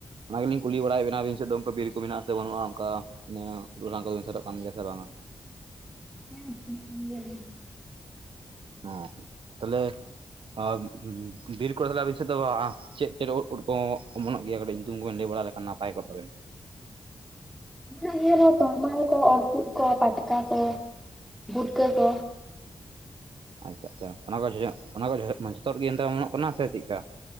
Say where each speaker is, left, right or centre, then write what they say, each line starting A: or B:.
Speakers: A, on the right (about 65°); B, in the centre.
A: ᱚᱱᱟ ᱜᱮᱞᱤᱧ ᱠᱩᱞᱤ ᱵᱟᱲᱟᱭᱮᱫ ᱵᱮᱱᱟ ᱟᱵᱤᱱ ᱥᱮᱫ ᱫᱚ ᱚᱱᱠᱟ ᱵᱤᱨ ᱠᱚ ᱢᱮᱱᱟᱜ-ᱟ ᱥᱮ ᱵᱟᱹᱱᱩᱜ-ᱟ ᱚᱱᱠᱟ᱾ ᱢᱟᱱᱮ ᱩᱫ ᱦᱟᱞᱟᱱ ᱠᱚᱫᱚ ᱵᱮᱱ ᱥᱮᱱᱚᱜ ᱠᱟᱱ ᱜᱮᱭᱟ ᱥᱮ ᱵᱟᱝᱟ᱾
B: <unintelligible>
A: ᱚ ᱛᱟᱦᱚᱸᱞᱮ <unintelligible> ᱵᱤᱨ ᱠᱚᱨᱮ ᱫᱚ ᱟᱵᱤᱱ ᱥᱮᱫ ᱫᱚ ᱵᱟ-ᱟ ᱪᱮᱫ ᱪᱮᱫ ᱳᱰ ᱯᱷᱩᱰ ᱠᱚ ᱮᱢᱚᱱᱚᱜ ᱜᱮᱭᱟ ᱠᱟᱹᱴᱤᱡ ᱧᱩᱛᱩᱢ ᱠᱚᱵᱮᱱ ᱞᱟᱹᱭ ᱵᱟᱲᱟ ᱞᱮᱠᱷᱟᱱ ᱱᱟᱯᱟᱭ ᱠᱚᱜ ᱛᱟᱵᱮᱱ?
B: <unintelligible> ᱛᱚᱨᱢᱟᱞ ᱠᱚ ᱚᱨᱛᱩᱫ ᱠᱚ ᱯᱟᱴᱠᱟ ᱠᱚ ᱵᱩᱴᱠᱟᱹ ᱠᱚ
A: ᱟᱪᱪᱷᱟ ᱟᱪᱪᱷᱟ ᱚᱱᱟ ᱠᱚ ᱡᱷᱚᱜ <unintelligible> ᱡᱚᱛᱚ ᱩᱫᱽ ᱜᱮ ᱮᱱᱛᱟ ᱮᱢᱚᱱᱚᱜ ᱠᱟᱱᱟ ᱥᱮ ᱪᱮᱫᱽᱠᱟ᱾